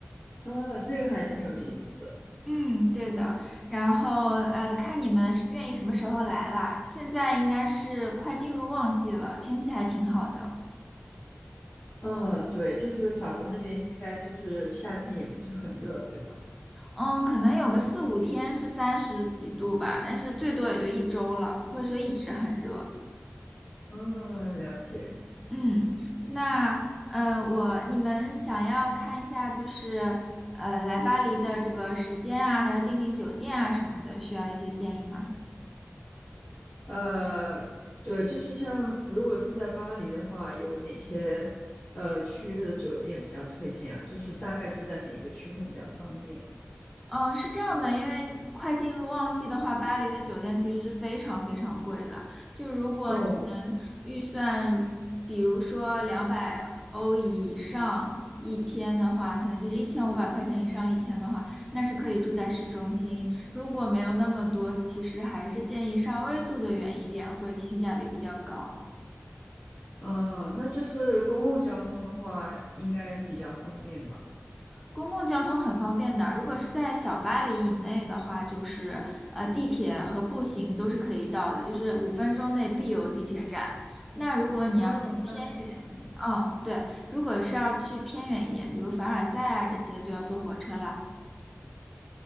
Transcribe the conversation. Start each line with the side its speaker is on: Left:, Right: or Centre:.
Left: 哦，这个还挺有意思的，
Centre: 嗯，对的。然后呃，看你们是愿意什么时候来啦。现在应该是快进入旺季了，天气还挺好的。
Left: 嗯，对，就是法国那边应该就是夏天也不是很热，对吧？
Centre: 嗯，可能有个四五天是三十几度吧，但是最多也就一周了，不会说一直很热。
Left: 嗯，了解。
Centre: 嗯，那呃，我你们想要看一下就是呃来巴黎的这个时间啊，还有订订酒店啊什么的，需要一些建议吗？
Left: 呃，对，就是像如果住在巴黎的话，有哪些呃区域的酒店比较推荐啊？就是大概住在哪个区会比较方便？
Centre: 嗯，是这样的，因为快进入旺季的话，巴黎的酒店其实是非常非常贵的。就如果你们预算，
Left: 哦，
Centre: 比如说两百欧以上一天的话，可能就是一千五百块钱以上一天的话，那是可以住在市中心。如果没有那么多，其实还是建议稍微住得远一点，会性价比比较高。
Left: 呃，那就是公共交通的话，应该比较方便吧？
Centre: 公共交通很方便的，如果是在小巴黎以内的话，就是呃地铁和步行都是可以到的，就是五分钟内必有地铁站。那如果你要去偏远，
Left: 哦，那还挺方便，
Centre: 嗯，对，如果是要去偏远一点，比如凡尔赛啊这些，就要坐火车了。